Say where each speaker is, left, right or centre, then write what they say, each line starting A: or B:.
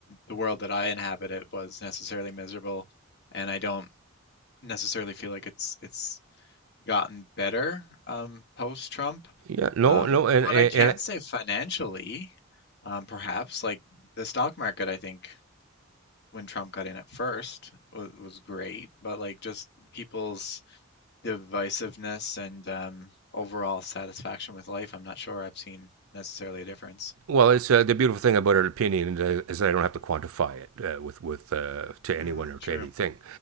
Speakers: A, on the left; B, on the right.
A: the world that I inhabited was necessarily miserable, and I don't necessarily feel like it's it's gotten better um, post-Trump.
B: yeah, no,
A: Um,
B: no, and.
A: what
B: and
A: I can say financially, um, perhaps like the stock market, I think when Trump got in at first was, was great, but like just people's divisiveness and um, overall satisfaction with life, I'm not sure I've seen necessarily a difference.
B: Well, it's uh, the beautiful thing about an opinion is I- don't have to quantify it uh, with with uh, to anyone
A: Mm,
B: or
A: true.
B: to anything.